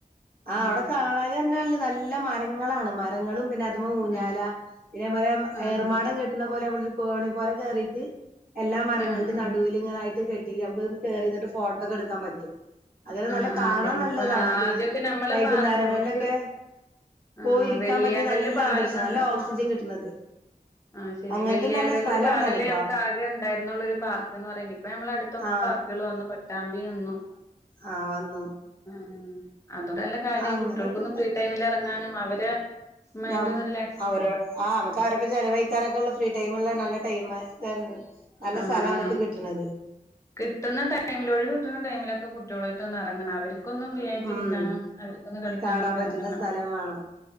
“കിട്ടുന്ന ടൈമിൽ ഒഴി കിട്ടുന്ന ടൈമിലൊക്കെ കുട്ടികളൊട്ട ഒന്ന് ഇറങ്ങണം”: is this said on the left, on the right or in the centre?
Left